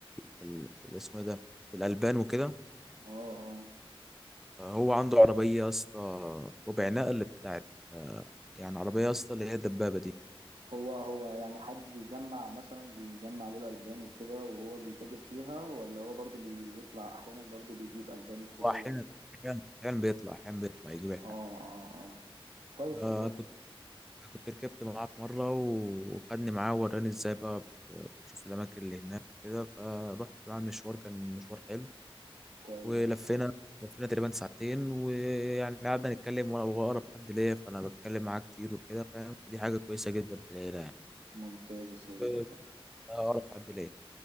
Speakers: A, in the centre; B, on the right (about 85°).
A: في ال... في اسمه إيه ده في الألبان وكده
B: اه اه
A: هو عنده عربية يا اسطى ربع نقل بتاعت آه، يعني عربية يا اسطى اللي هي الدبابة دي
B: هو هو يعني حد بيجمع مثلا بيجمع له الألبان وكده وهو بيتاجر فيها ولا هو برضو بيطلع أحيانا برضو بيجيب ألبان وكده
A: هو أحيانا
B: و...
A: أحيانا أحيانا بيطلع أحيانا بيطلع يجيب الحاجة
B: اه اه اه كويس
A: آه،
B: والله
A: كنت كنت ركبت معاه في مرة وخدني معاه وراني ازاي بقى بتشوف الأماكن اللي هناك وكده فروحت معاه المشوار كان مشوار حلو
B: كويس
A: ولفينا
B: والله
A: لفينا تقريبا ساعتين ويعني قعدنا نتكلم وانا بقرب حد ليا فانا بتكلم معاه كتير وكده فاهم فدي حاجه كويسه جدا في العيله يعني
B: ممتاز يا ساجد
A: وبس
B: والله
A: ده اقرب حد ليا